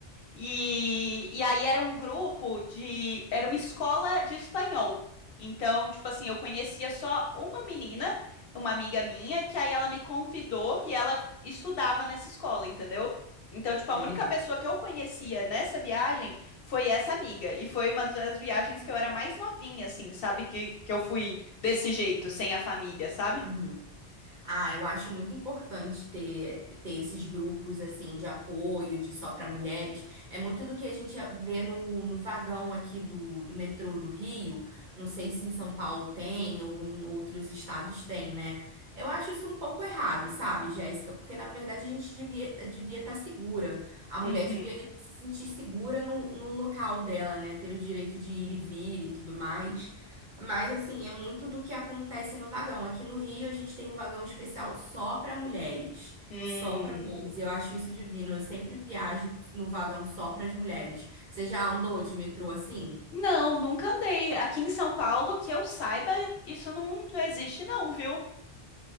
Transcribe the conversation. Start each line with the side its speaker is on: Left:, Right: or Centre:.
Left: E, e aí era um grupo de. Era uma escola de espanhol. Então, tipo assim, eu conhecia só uma menina, uma amiga minha, que aí ela me convidou e ela estudava nessa escola, entendeu? Então, tipo,
Right: Uhum,
Left: a única pessoa que eu conhecia nessa viagem foi essa amiga. E foi uma das viagens que eu era mais novinha, assim, sabe? Que, que eu fui desse jeito, sem a família, sabe?
Right: uhum. Ah, eu acho muito importante ter, ter esses grupos assim de apoio, de só para mulheres. É muito do que a gente vê no, no vagão aqui do, do metrô do Rio. Não sei se em São Paulo tem ou em outros estados tem, né? Eu acho isso um pouco errado, sabe, Jéssica? Porque na verdade a gente devia devia estar segura. A mulher
Left: Uhum.
Right: devia se sentir segura no, no local dela, né? Ter o direito de ir e vir e tudo mais. Mas assim, é muito do que acontece no vagão. Aqui no Rio, a gente tem um vagão especial só para mulheres.
Left: Hum.
Right: Só para mulheres. Eu acho isso divino. Eu sempre viajo no vagão só para as mulheres. Você já andou de metrô assim?
Left: Não, nunca andei. Aqui em São Paulo, que eu saiba, isso não, não existe, não, viu?